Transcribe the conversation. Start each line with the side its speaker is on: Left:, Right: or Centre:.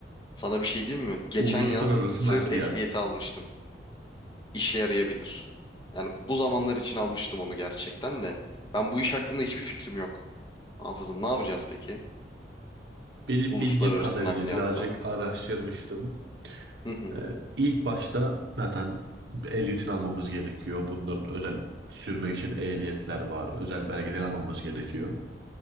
Left: Sana bir şey diyeyim mi? Geçen
Right: Uluslararası
Left: yaz tır
Right: nakliyat.
Left: ehliyeti almıştım. İşe yarayabilir. Yani bu zamanlar için almıştım onu gerçekten de. Ben bu iş hakkında hiçbir fikrim yok. Hafızım ne yapacağız peki?
Right: Benim
Left: Uluslararası
Right: bildiğim kadarıyla
Left: nakliyatta.
Right: birazcık araştırmıştım.
Left: Hı hı.
Right: Ee, ilk başta zaten ehliyetini almamız gerekiyor. Bunların özel sürmek için ehliyetler var. Özel belgeler almamız gerekiyor.